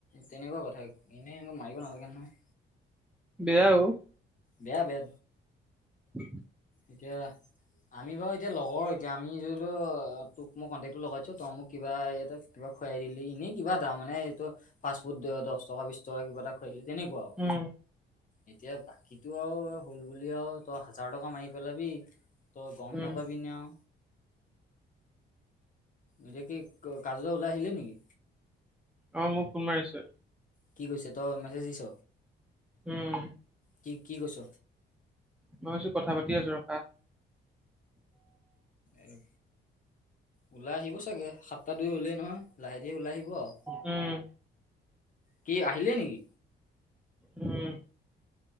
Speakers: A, on the left; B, in the centre.
A: তেনেকোৱা কথা এনেই একো মাৰিব নালাগে নহয়
B: বেয়া ও
A: বেয়া বেয়া
B: উ
A: এতিয়া আমি বাৰু এতিয়া লগৰ এতিয়া আমি তোক মই কন্টেকটো লগাইছো তই মোক কিবা এ কিবা খুৱাই দি এনেই কিবা তাৰ মানে এইটো ফাষ্ট ফুড দশ টকা -বিশ টকা কিবা এটা খুৱাই দিলে তেনেকুৱা আৰু।
B: উম
A: এতিয়া বাকীটো আৰু হ'ল বুলি আৰু তই হাজাৰ টকা মাৰি পেলাবি তই গম
B: উম
A: নাপাবি নে আও এতিয়া কি কাজুদা ওলাই আহিলে নেকি
B: অ মোক ফোন মাৰিছে।
A: কি কৈছে তই মেছেজ দিছ?
B: উম
A: কি কি কৈছ?
B: মই কৈছো কথা পাতি আছো ৰখা
A: এই ওলাই আহিব চাগে সাতটা দুই হলেই নহয় লাহে ধীৰে ওলাই আহিব আৰু
B: উম
A: কি আহিলে নেকি?
B: উম।